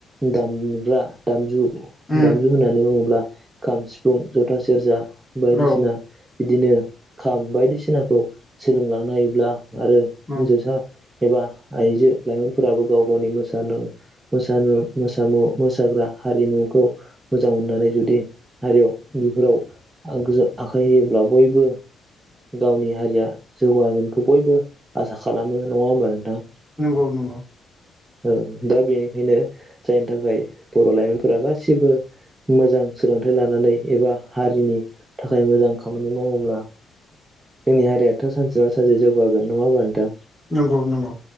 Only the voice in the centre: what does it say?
उम
औ
औ
नंगौ नंगौ
नंगौ नंगौ